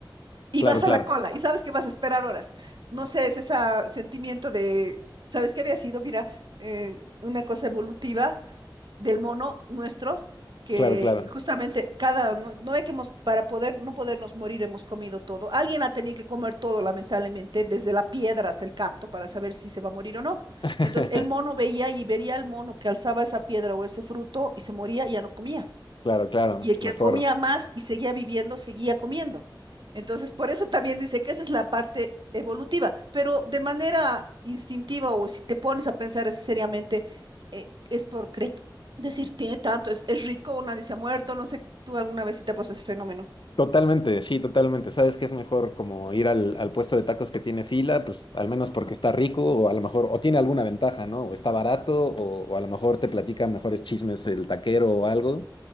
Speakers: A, on the right; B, on the left.
A: y
B: Claro,
A: vas
B: claro.
A: a la cola, y sabes que vas a esperar horas. No sé, es ese sentimiento de, ¿sabes qué había sido? Mira, eh, una cosa evolutiva del mono nuestro, que
B: Claro, claro.
A: justamente cada, no, no ve que hemos, para poder, no podernos morir, hemos comido todo. Alguien ha tenido que comer todo, lamentablemente, desde la piedra hasta el cacto, para saber si se va a morir o no.
B: <laughs>
A: Entonces, el mono veía y vería al mono que alzaba esa piedra o ese fruto y se moría y ya no comía
B: Claro, claro.
A: y el que
B: Mejor.
A: comía más y seguía viviendo, seguía comiendo. Entonces, por eso también dice que esa es la parte evolutiva, pero de manera instintiva o si te pones a pensar así seriamente, eh, es por cre- decir, tiene tanto, es, es rico, nadie se ha muerto, no sé, tú alguna vez sí te pasó ese fenómeno.
B: Totalmente, sí, totalmente. Sabes que es mejor como ir al, al puesto de tacos que tiene fila, pues al menos porque está rico o a lo mejor, o tiene alguna ventaja, ¿no? O está barato o, o a lo mejor te platica mejores chismes el taquero o algo.